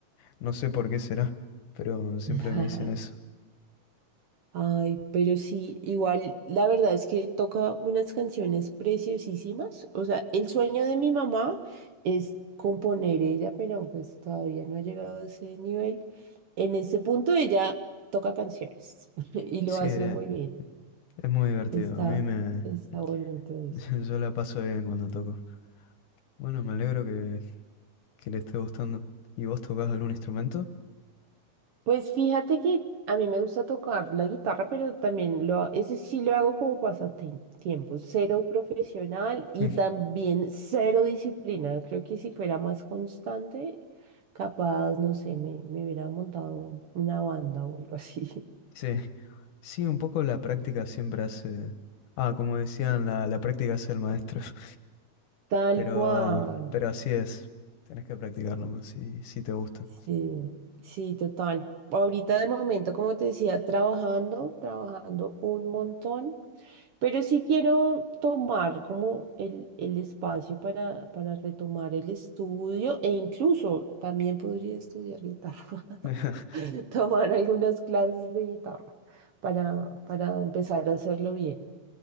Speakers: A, on the left; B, on the right.
A: No sé por qué será, pero siempre
B: <laughs>
A: me dicen eso.
B: Ay, pero sí, igual la verdad es que toca unas canciones preciosísimas. O sea, el sueño de mi mamá es componer ella, pero pues todavía no ha llegado a ese nivel. En ese punto ella toca canciones <laughs> y lo
A: Sí,
B: hace
A: eh,
B: muy bien.
A: es muy divertido.
B: Está,
A: A mí me...
B: está bonito eso.
A: <laughs> Yo la paso bien cuando toco. Bueno, me alegro que, que le esté gustando. ¿Y vos tocás algún instrumento? <laughs>
B: Pues fíjate que a mí me gusta tocar la guitarra, pero también lo, ese sí lo hago como pasatiempo, cero profesional y
A: Mm,
B: también cero disciplina. Creo que si fuera más constante, capaz, no sé, me, me hubiera montado una banda o algo así.
A: Sí, sí, un poco la práctica siempre hace... Ah, como decían, la, la práctica hace el maestro. <laughs>
B: <laughs> Tal
A: Pero,
B: cual.
A: pero así es. Tenés que practicar nomás si, si te gusta.
B: Sí, sí, total. Ahorita de momento, como te decía, trabajando, trabajando un montón, pero sí quiero tomar como el, el espacio para, para retomar el estudio e incluso también podría estudiar guitarra,
A: <laughs>
B: <laughs> tomar algunas clases de guitarra para, para empezar a hacerlo bien.